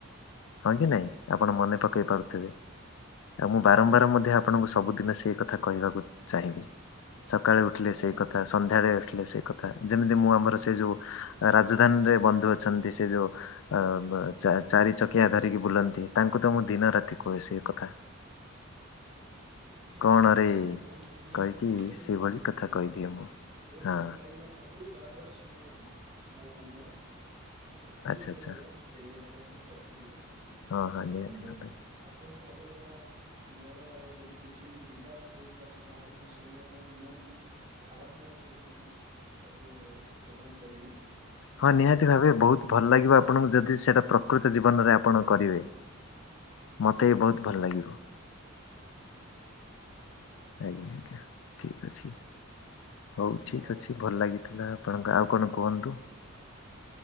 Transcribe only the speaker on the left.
ହଁ କି ନାଇଁ ଆପଣ ମନେ ପ କେଇପାରୁଥିବେ ଆଉ ମୁଁ ବାରମ୍ବାର ମଧ୍ୟ ଆପଣଙ୍କୁ ସବୁଦିନ ସେଇ କଥା କହିବାକୁ ଚାହିଁବି। ସକାଳେ ଉଠିଲେ
ସେଇ କଥା ସନ୍ଧ୍ୟାବେଳେ ଉଠିଲେ ସେଇ କଥା। ଯେମିତି ମୁଁ ଆମର ସେଇ ଯୋଉ ରାଜଧାନୀରେ ବନ୍ଧୁ ଅଛନ୍ତି ସେ ଯୋଉ ଅ ଚା-ଚାରି ଚକିଆ ଧରିକି ବୁଲନ୍ତି ତାଙ୍କୁ ତ ମୁଁ ଦିନ ରାତି କୁହେ ସେଇ କଥା।
କଣ ରେ
କହିକି
ସେଇଭଳି
କଥା କହିଦିଏ
ମୁଁ
ହଁ
ଆଚ୍ଛା ଆଚ୍ଛା
ହଁ
ହଁ
ନିହାତି ଭାବରେ।
ହଁ ନିହାତି ଭାବେ ବହୁତ ଭଲ ଲାଗିବ। ଆପଣଙ୍କୁ ଯଦି ସେଟା ପ୍ରକୃତ ଜୀବନରେ ଆପଣ କରିବେ। ମ ତେ ବହୁତ ଭଲ ଲାଗିବ। ଆଜ୍ଞା ଆଜ୍ଞା ଠିକ ଅଛି ହଉ ଠିକ
ଅଛି ଭଲ ଲାଗିଥିଲା। ଆପଣଙ୍କ ଆଉ କଣ କୁହନ୍ତୁ?